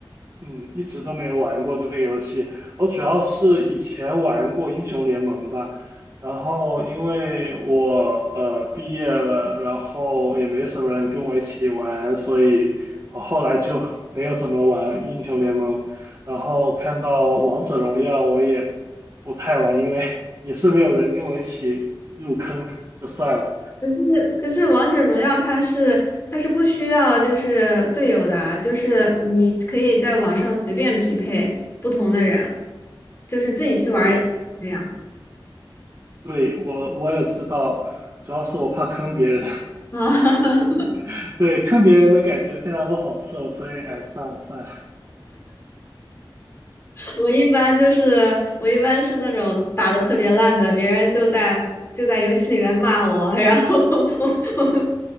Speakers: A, on the right; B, on the left.
A: 嗯，一直都没有玩过这个游戏。我主要是以前玩过英雄联盟吧，然后因为我呃毕业了，然后也没什么人跟我一起玩，所以我后来就 <laughs> 没有怎么玩英雄联盟。然后看到王者荣耀，我也不太玩，因为 <laughs> 也是没有人跟我一起入坑，就算了。
B: 可是可是《王者荣耀》它是它是不需要就是队友的啊就是你可以在网上随便匹配不同的人，就是自己去玩儿也这样
A: 对。对，我我也知道，主要是我怕坑别人，
B: 啊。<laughs>
A: <laughs> 对，坑别人的感觉非常不好受，所以哎，算了算了，
B: 我一般就是我一般是那种打的特别烂的，别人就在就在游戏里面骂我，然后 <laughs> 我